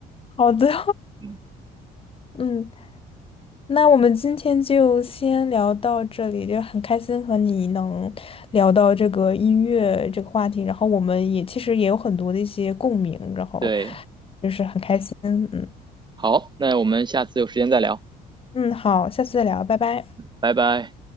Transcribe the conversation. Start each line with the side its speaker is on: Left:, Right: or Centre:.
Left: 好的，
Right: 嗯，
Left: 嗯，那我们今天就先聊到这里，就很开心和你能聊到这个音乐这个话题，然后我们也其实也有很多的一些共鸣，然后
Right: 对，
Left: 就是很开心。嗯
Right: 好，那我们下次有时间再聊，
Left: 嗯，好，下次再聊，拜拜。
Right: 拜拜。